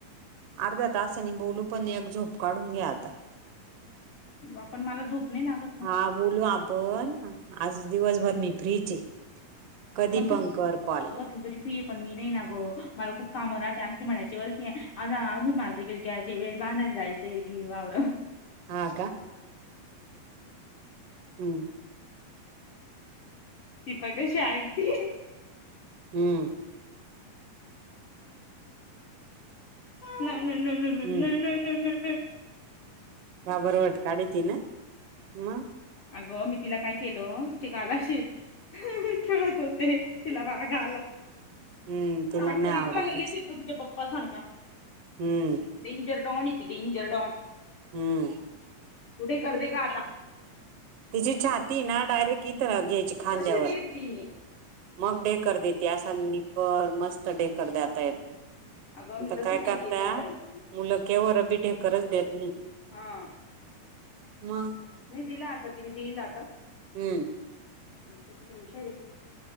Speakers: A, on the right; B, on the left.
A: अर्ध्या तासानी बोलू, पण एक झोप काढून घे आता.
B: आपण मला झोप नाही लागत ना
A: हा बोलू आपण. आज दिवसभर मी फ्री च आहे. कधी
B: अग पण, तू
A: कर कॉल
B: अग तू तरी फ्री आहे, पण मी नाही ना ग, मला खूप कामं राहते म्हणायची वर्तीी आ अजून मारत किलक वेळ बांधायला जायं वावर
A: आ हम्म
B: दीपा कशी ऐकती
A: हमम
B: नाही नाही नाही
A: हम्म
B: नाही नाही नाही नाही
A: बाबरवट काढ त ना मग
B: अगं मी तिला काय केलं तिचे गालाशी खेळत होते तिला बा गाला
A: हम्म तिला
B: रग
A: नाही
B: तर
A: आवडत
B: इतका लगेच यथ तुझ्या पप्पा सारख
A: हम्म
B: डेंजर टडान इ जरडॉन
A: हम्म
B: तठे कर देग आता
A: तिची छाती ना डायरेक्ट इथं घ्यायची खांद्यावर
B: कशीच घेतली मी
A: मग ढेकर देते, असा नीबर मस्त ढेकर देतायेतो.
B: अगं
A: आता
B: मी तसंच
A: काय
B: हे
A: करता?
B: केलं बाई.
A: मुलं केव बी ढेकरच देत नाही.
B: हां,
A: म?
B: नाही दिला आता तिने दिईल आता.
A: हम्म
B: त दिशार आहे